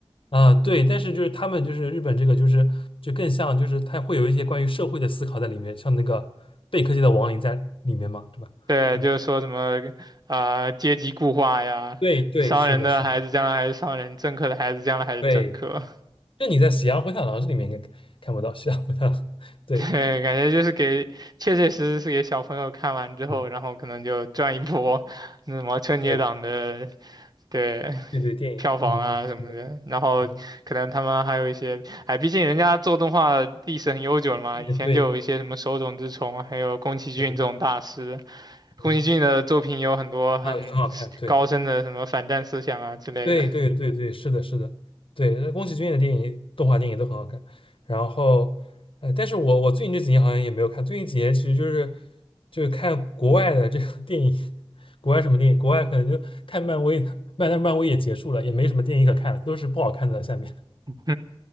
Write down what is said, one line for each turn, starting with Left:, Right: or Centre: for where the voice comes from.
Left: 啊、对，但是就是他们就是日本这个就是就更像就是他会有一些关于社会的思考在里面，像那个贝克街的亡灵在里面嘛，对吧？
Right: <laughs> 对，
Left: 嗯，
Right: 就是说什么啊、阶级固化呀，
Left: 对对，
Right: 商人的孩子将来还是商人，
Left: 是的，是的，
Right: 政客的孩子将来还是政客，
Left: 对，就你在《喜羊灰太狼》这里面应该看不到《喜羊灰太狼》，对。
Right: 对，感觉就是给，确确实实是给小朋友看完之后，
Left: 嗯，
Right: 然后可能就赚一波，那什么春节档的，
Left: 对
Right: 对，
Left: 对对，电影，
Right: 票房啊什么的，
Left: 嗯，是的，
Right: 然后可能他们还有一些，
Left: 是的，
Right: 哎，毕竟人家做动画历史很悠久了嘛，
Left: 也对
Right: 以前就有一些什么手冢治虫，还有宫崎骏这种大师，
Left: 对，
Right: 宫崎骏的作品有很多很高深的什么反战思想啊之类的，
Left: 嗯，啊，很好看，对对对对对，是的，是的，对，那宫崎骏的电影，动画电影都很好看。然后，呃，但是我我最近这几年好像也没有看，最近几年其实就是就是看国外的这个电影，国外什么电影，国外可能就看漫威的，漫但是漫威也结束了，也没什么电影可看了，都是不好看的。下面，
Right: <laughs>